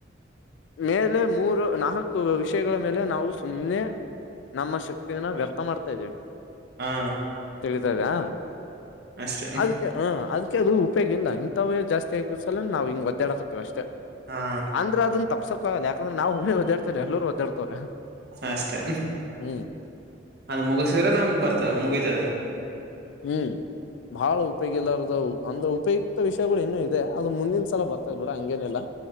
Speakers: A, on the left; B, on the right.
A: <inaudible> ಮೇಲೆ ಮೂರು ನಾಲ್ಕು ವಿಷಯಗಳ ಮೇಲೆ ನಾವು ಸುಮ್ನೆ ನಮ್ಮ ಶಕ್ತಿಯನ ವ್ಯರ್ಥ ಮಾಡ್ತಾ ಇದೀವಿ
B: ಹಾ
A: ತಿಳಿತಾ ಇದೆಯಾ
B: ಅಷ್ಟೇ
A: ಅದಕ್ಕ ಹಾ ಅದಕೆ ಅದು ಉಪಯೋಗ ಇಲ್ಲ ಇಂಥವೇ ಜಾಸ್ತಿಗಸಲ ನಾವು ಹಿಂಗ ಒದ್ದ್ಯಾಡ ಹಾಕ್ತ್ತತಿವಿ ಅಷ್ಟೇ
B: ಹಾ
A: ಅಂದ್ರ ಅದ ತಪಸಕ್ ಆಗಲ್ಲ ಯಾಕಂದ್ರೆ ನಾನೊಬ್ಬನೇ ಒದ್ದಾಡ್ತಾ ಇಲ್ಲಾ ಎಲ್ರೂ ಒದ್ದಾಡ್ತಾರೆ
B: ಅಷ್ಟೇ
A: ಹ್ಮ್
B: ಅದ ಮುಗಿಸಿದ್ರೆ ನಮ್ಗ್ ಬರ್ತ ಮುಗಿತದೆ
A: ಹ್ಮ್ ಬಹಳ ಉಪಯೋಗಿಲ್ಲ ಅಂದ್ರೆ ಉಪಯುಕ್ತ ವಿಷಯಗಳು ಇನ್ನು ಇದೆ ಅದು ಮುಂದಿನ ಸಲ ಬರ್ತಾ ಇದ್ ಬಿಡ ಹಂಗೇನಿಲ್ಲ